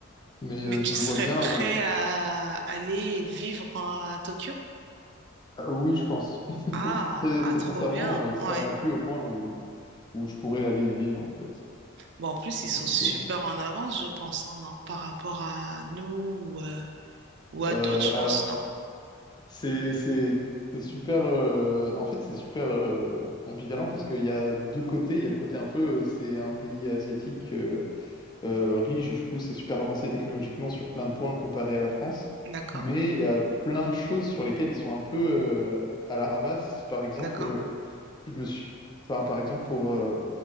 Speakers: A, on the left (about 20°); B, on the right (about 60°).
A: Mais
B: Mais
A: euh,
B: tu
A: je me
B: serais
A: vois bien.
B: prêt
A: euh,
B: à aller vivre à Tokyo?
A: ah, oui, je pense. <laughs>
B: Ah,
A: Très,
B: ah,
A: très
B: trop
A: sincèrement,
B: bien.
A: euh, ça
B: Ouais.
A: m'a plu au point où, où je pourrais aller y vivre en fait.
B: Bon, en plus, ils sont
A: Du
B: super
A: coup, ouais.
B: en avance, je pense, hein, non? Par rapport à nous ou, euh, ou à
A: Euh,
B: d'autres, je
A: alors.
B: pense, non?
A: C'est, c'est, c'est super. euh, en fait, c'est super euh, ambivalent parce qu'il y a deux côtés. Il y a le côté un peu, euh, c'est un pays asiatique euh, euh, riche, du coup, c'est super avancé technologiquement sur plein de points comparé à la France.
B: D'accord,
A: Mais il y a plein de choses sur lesquelles ils sont un peu euh, à la ramasse. Par exemple,
B: d'accord.
A: euh, je me suis, enfin, par exemple pour euh,